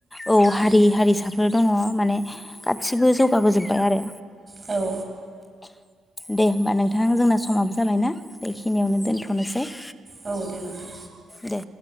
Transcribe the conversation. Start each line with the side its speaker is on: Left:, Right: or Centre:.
Left: औ हारि
Right: उम
Left: हारिसाफोर दङ माने गासिबो जौगाबोजोबबाय आरो
Right: औ
Left: दे होमबा नोंथां जोंना समाबो जाबायना बेखिनियावनो दोनथ'नोसै।
Right: औ दे नोंथां
Left: दे